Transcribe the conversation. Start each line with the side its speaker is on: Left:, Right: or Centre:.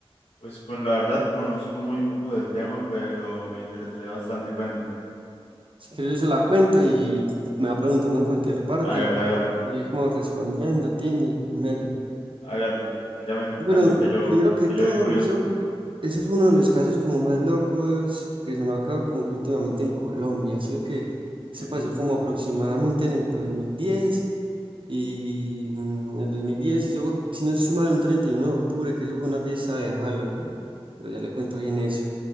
Left: Pues con la verdad conozco muy poco del tema, pero me interesaría bastante, cuéntame.
Right: Si quieres yo se la cuento y me va preguntando en cualquier parte.
Left: Hágale, hágale, hágale.
Right: Y yo ahí como respondiendo, tiene, mela.
Left: Hágale. Váyame contando
Right: Bueno,
Left: que yo,
Right: primero que
Left: que
Right: todo,
Left: yo soy curioso.
Right: eso, eso fue uno de los casos como más locos que sonó acá como que últimamente en Colombia, ¿sí o que Eso
Left: Sí,
Right: pasó
Left: sí.
Right: como aproximadamente en el 2010 y mm, en el 2010 y eso, fue, si no estoy mal, un 31 de octubre, que eso fue una fiesta de Halloween. Pero ya le cuento bien eso.